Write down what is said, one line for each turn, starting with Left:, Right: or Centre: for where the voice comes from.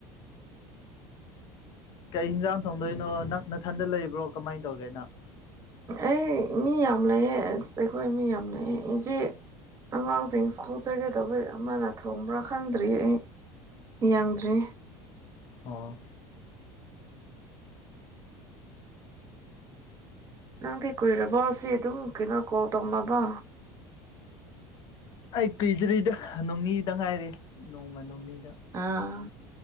Left: ꯀꯩ ꯍꯤꯟꯖꯥꯡ ꯊꯣꯡꯗꯣꯏꯅꯣ ꯅꯛ ꯅꯊꯟꯗ ꯂꯩꯕ꯭ꯔꯣ ꯀꯃꯥꯏ ꯇꯧꯒꯦ ꯅꯪ
Right: ꯑꯩ ꯃꯤ ꯌꯥꯝ ꯂꯩꯑꯦ ꯑꯁ ꯑꯩꯈꯣꯏ ꯃꯤ ꯌꯥꯝ ꯂꯩꯑꯦ ꯏꯆꯦ ꯑꯉꯥꯡꯁꯤꯡ ꯁ꯭ꯀꯨꯜ ꯆꯠꯀꯗꯧꯕꯩ ꯑꯃꯅ ꯊꯣꯡꯕ꯭ꯔꯥ ꯈꯪꯗ꯭ꯔꯤ ꯑꯩ ꯌꯥꯡꯗ꯭ꯔꯤ
Left: ꯑꯥ
Right: ꯅꯪꯗꯤ ꯀꯨꯏꯔꯕꯣ ꯑꯁꯤ ꯑꯗꯨꯝ ꯀꯩꯅꯣ ꯀꯣꯜ ꯇꯧꯅꯕ
Left: ꯑꯩ ꯀꯨꯏꯗ꯭ꯔꯤꯗ ꯅꯣꯡꯅꯤꯗ ꯉꯥꯏꯔꯤ ꯅꯣꯡꯃ ꯅꯣꯡꯅꯤꯗ
Right: ꯑꯥ